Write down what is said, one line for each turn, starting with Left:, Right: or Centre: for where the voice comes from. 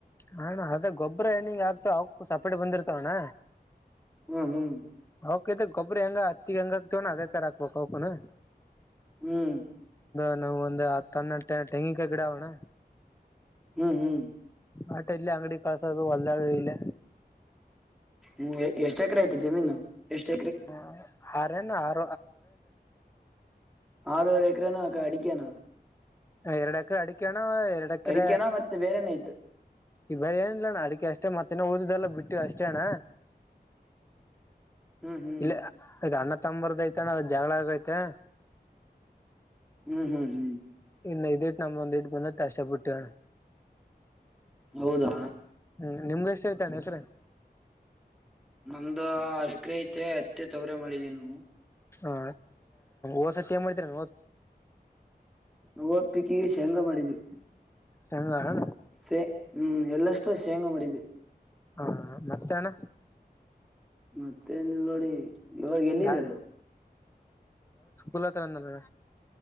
Left: ಹಣ್ಣ ಅದ ಗೊಬ್ಬರ ಹೆಣ್ಣಿಂಗ ಆಗ್ತ ಅವಕ್ಕು ಸಪ್ರೇಟ್ ಬಂದಿರ್ತವಣ್ಣ.
Centre: ಹ್ಮ್ ಹ್ಮ್.
Left: ಅವಕ ಗೊಬ್ಬರಿ ಹೆಂಗ ಅತ್ತಿಿಗೆ ಹೆಂಗ ಹಕ್ತವಣ್ಣ ಅದೇ ತರ ಹಾಕ್ಬೇಕಕ್ ಅವಕುನು.
Centre: ಹ್ಮ್.
Left: ನಾವ ಒಂದು ಹತ್ತ ಹನ್ನ ತೆಂಗಿಕಾಯಿ ಗಿಡಾವಣ್ಣ.
Centre: ಹ್ಮ್ ಹ್ಮ್.
Left: ಆಟ ಎಲ್ಲಿ ಅಂಗಡಿ ಕಳ್ಸೋದು ಹೊಲ್ದಾಗ ಇಲ್ಲ.
Centre: ಹ್ಮ ಎಷ್ಟ್ ಎಕರೆ ಐತೆ ಜಮೀನು. ಎಷ್ಟ್
Left: ಹ ಹಾರೇನ ಹ.
Centre: ನರುರೆ ಏಕರನ ಅಡಿಕಾನ.
Left: ಎರಡಕ್ಕರ ಅಡಿಕಣ ಎರಡಕ್ಕರ.
Centre: ಅಡಿಕೆನಾ ಮತ್ತೆ ಬೇರೆನ ಐತೆ
Left: ಈ ಬರ ಏನಿಲ್ಲಣ್ಣ ಅಡಿಕೆ ಅಷ್ಟೇ ಮತ್ತೇನ ಓದಿದೆಲ್ಲ ಬಿಟ್ಟಿವ ಅಷ್ಟೇ ಅಣ್ಣ.
Centre: ಹ್ಮ್ ಹ್ಮ್
Left: ಇಲ್ಲ ಈಗ ಅ್ಣ ತಂಬರ್ದಐತ. ನ ಜಗಳ ಆಗೈತೆ.
Centre: ಹ್ಮ್ ಹ್ಮ್ ಹ್ಮ್.
Left: ಇನ್ನು ಇದ ಇಟ್ಟು ನಮ ಒಂದ ಇಟ್ಟು ಬಂದ ಕಷ್ಟಪಟ್ಟೇ.
Centre: ಹೌದಾ
Left: ಹ್ಮ್ ನಿಮ್ಗ ಎಷ್ಟ ಹೇತಾನೆ ಹೆಸ್ರ.
Centre: ನಮ್ದ ಆರ ಎಕರೆ ಐತೆ ಅತ್ತೆ ತೊಗರೆ ಮಾಡಿದೀ ನವು.
Left: ಹಾ ಓಸತಿ ಏನ್ ಮಾಡ್ತರ.
Centre: ಓದ್ಬೇಕಿಕ ಈಗ ಶೇಂಗಾ ಮಾಡಿದ್ವಿ.
Left: ಸಮಿದ.
Centre: ಸೆ ಹ್ಮ್ ಎಲ್ಲಷ್ಟು ಶೇಂಗಾ ಮಾಡಿದ್.
Left: ಹಾ ಮತ್ತಾನ.
Centre: ಮತ್ತೆನಲ್ ನೋಡಿ ಇವಾಗ ಎಲ್ಲಿದ್ದೀರ.
Left: ಯಾ ಲ್ಲ ತರಂದಲ್ಲ.